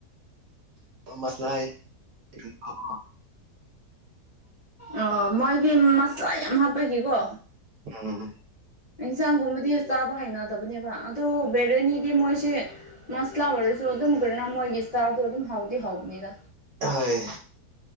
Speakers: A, on the right; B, on the left.
A: ꯃꯁꯂꯥ ꯍꯥꯏꯌꯦ <unintelligible>
B: ꯑꯥ ꯃꯣꯏꯒꯤ ꯃꯁꯂꯥ ꯌꯥꯝ ꯍꯥꯞꯄꯒꯤꯀꯣ꯫
A: ꯎꯝ꯫
B: ꯏꯟꯁꯥꯡꯒꯨꯝꯕꯗꯤ ꯆꯥꯕ ꯍꯩꯅꯗꯕꯅꯦꯕ ꯑ ꯇꯨ ꯕꯤꯔꯌꯥꯅꯤꯗꯤ ꯃꯣꯏꯁꯦ ꯃꯁꯂꯥ ꯑꯣꯏꯔꯁꯨ ꯑꯗꯨꯝ ꯃꯣꯏꯒꯤ ꯏꯁꯇꯥꯥꯏꯜꯗꯣ ꯑꯗꯨꯝ ꯍꯥꯎꯗꯤ ꯍꯥꯎꯕꯅꯤꯗ
A: ꯊꫭꯏ꯫